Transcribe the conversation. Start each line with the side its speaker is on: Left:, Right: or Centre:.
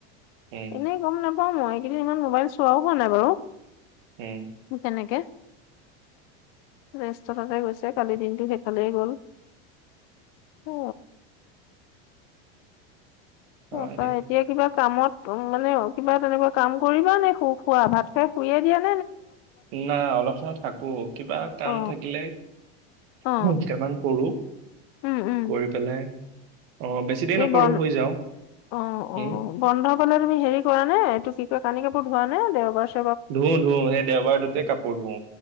Right: উম
Left: এনেই গম নাপ- পাওঁ মই এইকেইদিন ইমান মোবাইল চোৱাও হোৱা নাই বাৰু
Right: উম
Left: তেনেকে ৰাস্তা তাতে গৈছে কালি দিনটো সেইফালে গ'ল অ
Right: হয়
Left: তাৰপা
Right: দিয়া
Left: এতিয়া কিবা কামত উ মানে কিবা তেনেকোৱা কাম কৰিবা নে শু শুৱা ভাত খাই শুইয়ে দিয়া নি
Right: নাই অলপ সময় থাকো কিবা কাম
Left: অ
Right: থাকিলে
Left: অ
Right: দুটামান কৰো
Left: উম উম
Right: কৰি পেলাই অ বেছি দেৰি
Left: তুমি
Right: নকৰো
Left: বন
Right: শুই যাওঁ
Left: অ অ
Right: উম
Left: বন্ধ পালে তুমি হেৰি কৰা নে ত কি কয় কানি কাপোৰ ধোৱা নে দেওবাৰ চেও-
Right: ধুও ধুও সেই দেওবাৰটোতে কাপোৰ ধুও